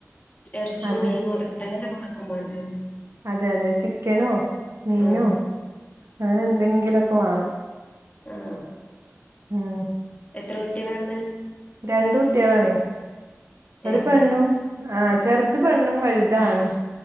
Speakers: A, on the left; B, on the right.
A: എറച്ചിയും
B: അതെ
A: മീനും അതൊക്കെ തന്നെല്ലേ മക്കക്കുമാണ്ട്.
B: അതെ അതെ ചിക്കനോ മീനോ
A: ആഹ്
B: അങ്ങനെ എന്തെങ്കിലൊക്കെ വേണം.
A: ആ
B: ഉം
A: എത്ര കുട്ട്യേളാണ് ഉള്ളത്
B: രണ്ട് കുട്ട്യേളാണ് ഒരു
A: ഏ
B: പെണ്ണും. ആ ചെറുത് പെണ്ണും വലുത് ആണും.